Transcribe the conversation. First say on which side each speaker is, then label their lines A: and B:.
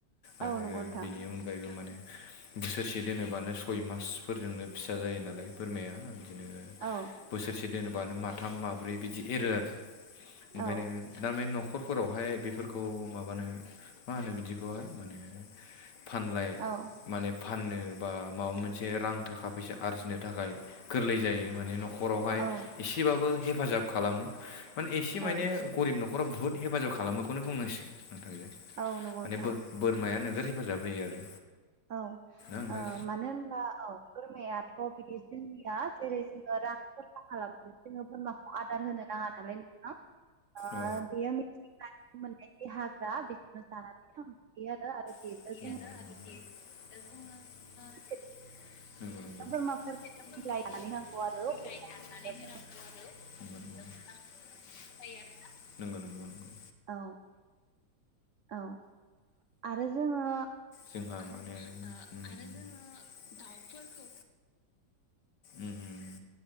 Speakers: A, on the left; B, on the right.
A: आरो
B: औ नंगौ नोंथां
A: बेनि अनगायैबो माने बोसोरसे दोनोबानो सय मासफोरजोंनो फिसा जायो नालाय बोरमाया बिदिनो
B: औ
A: बोसोरसे दोनोबानो माथाम माब्रै बिदि एरो आरो। ओंखायनो
B: औ
A: थारमान न'खरफोरावहाय बेफोरख खौ माबानो मा होनो बिदिखौहाय माने फानलाय
B: औ
A: माने फाननो बा माबा मोनसे रां थाखा फैसा आरजिनो थाखाय गोरलै जायो माने न' खरावहाय
B: औ
A: एसेबाबो हेफाजाब खालामो माने एसे मायने
B: औ
A: गरिब न' खराव बुहुत हेफाजाब खालामोखौनो बुंनांसिगोन नोंथांजो
B: औ नंगौ
A: माने
B: नोंथां
A: बो बोरमाया नोगोर हेफाजाब होयो आरो।
B: औ
A: नोंथां
B: ओ मानो होनब्ला औ बोरमायाथ' बिदि जोंनिया जेरै जों रां खरसा खालाम जोंङो बोरमाखौ आदार होनो नांङा नालाय नोंथा। आ
A: औ
B: बेयो मिथिंगानि मोन्नाय हाग्रा बेखौनो जानानै थांना थायो आरो आरो देरो
A: <inaudible>
B: जोङो
A: नोंगौ
B: बिदिनो
A: नोंगौ
B: बोरमाफोर
A: <inaudible>
B: बिलाइ जानानै होनांगौ आरो अब्लासो
A: नोंगौ नोंगौ नोंगौ।
B: औ औ आरो ओ जोंङो
A: जोंहा माने ओ आरो जोङो दाउ फोरखौ उम